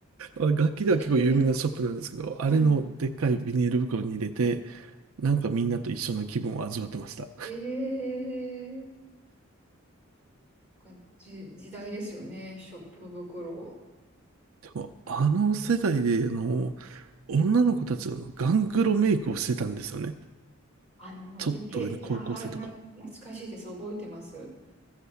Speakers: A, on the right (about 75°); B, in the centre.
A: あ楽器では結構有名なショップなんですけど、
B: おしゃれ。
A: あれのでっかいビニール袋に入れて、
B: はい。
A: なんかみんなと一緒の気分を味わってました。
B: ええー、かじ、時代ですよね。ショップ袋。
A: でも、あの世代で、あの、女の子たちがあのガングロメイクをしてたんですよね。
B: あの、
A: ちょっと上の高校生とか。
B: やけ、ああ、な、懐かしいです。覚えてます。